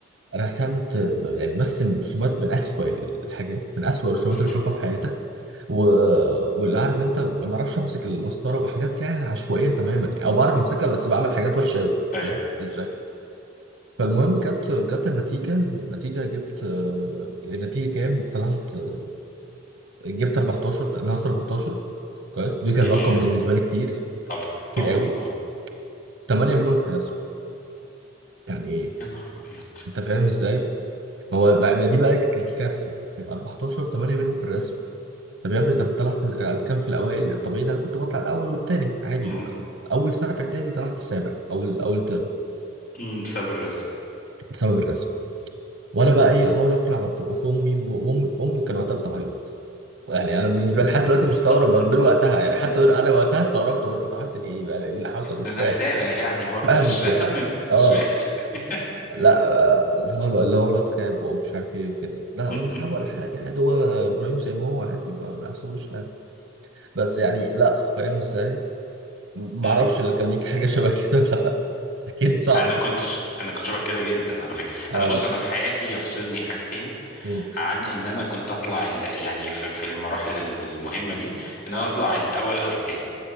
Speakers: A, on the right; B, on the left.
A: رسمت يعني برسم رسومات من أسوأ الحاجات من أسوأ الرسومات
B: <laughs>
A: اللي تشوفها في حياتك و... واللي عارف انت ما بعرفش امسك المسطره وحاجات يعني عشوائيه تماما يعني او بعرف امسكها بس بعمل حاجات وحشه قوي
B: ايوه
A: فاهم ازاي فالمهم جت جت النتيجه النتيجه جبت آه، النتيجه كام طلعت آه، جبت 14 ناقص 14 كويس ده كان
B: ياه
A: رقم بالنسبه لي كتير
B: طبعا طبعا
A: كتير قوي
B: اه
A: 8 منهم في الرسم يعني ايه
B: يا نهار ابيض
A: انت فاهم ازاي هو بقى بقى دي بقى الكارثه 14 8 منهم في الرسم طب يا ابني طب طلعت كام في الاوائل الطبيعي إن انا كنت بطلع الاول والتاني عادي
B: مم.
A: ما- اول سنه في اعدادي طلعت السابع او اول ترم
B: مم، بسبب الرسم
A: بسبب الرسم وانا بقى ايه احاول اقنع ف- في امي و- وامي امي كان وقتها بتعيط يعني انا بالنسبه لي
B: <laughs>
A: لحد دلوقتي مستغرب برضه من وقتها يعني حتى من- انا وقتها استغربت برضه بتعيط ليه بقى إيه اللي حصل مش
B: ده انا
A: فاهم
B: سابع يعني برضو
A: مش فاهمك
B: مش
A: يعني
B: <laughs> مش
A: اه
B: وحش يعني
A: لا آه، اللي هو اللي هو الواد خاب ومش عارف ايه وكده لا
B: <laughs>
A: ولا خاب ولا حاجه عادي هو ابراهيم زي ما هو عادي ما ما يحصلوش حاجه بس يعني لا فاهم ازاي ما
B: مم.
A: اعرفش اللي كان ليك حاجه <laughs> شبه كده ولا لا اكيد صعب
B: انا كنت
A: يعني
B: انا كنت شبه كده جدا على فكره
A: اه
B: انا بص انا في حياتي يفصلني حاجتين
A: أمم،
B: عن ان انا كنت اطلع ال- يعني في في المراحل المهمه دي ان انا اطلع الاول او التاني